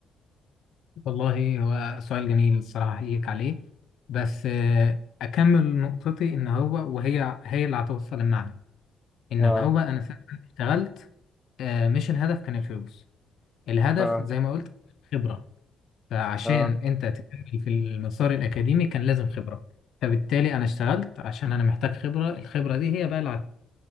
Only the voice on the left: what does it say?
والله هو سؤال جميل الصراحة أحييك عليه بس آه، أكمل نقطتي إن هو وهي هي اللي هتوصل المعنى إن
هو أنا فعلا اشتغلت آه، مش الهدف كان الفلوس الهدف
زي ما قلت الخبرة فعشان
انت تكمل في المسار الاكاديمي كان لازم خبره فبالتالي انا اشتغلت عشان انا محتاج خبره الخبره دي هي بقى اللي هتك...